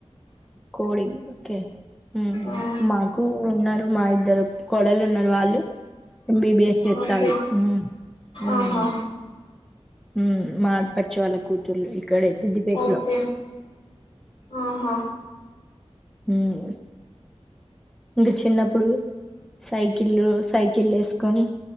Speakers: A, in the centre; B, on the left.
A: కోడింగ్ కే మ్మ్
B: ఆ
A: మాకు ఉన్నారు మా ఇద్దరు కోడళ్ళు ఉన్నారు వాళ్ళు ఎంబిబిఎస్ చేత్తాళ్ళు,
B: ఓకే
A: మ్మ్ హ్మ్.
B: ఆహా
A: మ్మ్ మా ఆడ్ పచ్చు వాళ్ళ కూతుర్లు ఇక్కడే సిద్దిపేటలో.
B: ఓకే ఆహా
A: మ్మ్ ఇంకా చిన్నప్పుడు సైకిల్లు సైకిల్ వేసుకొని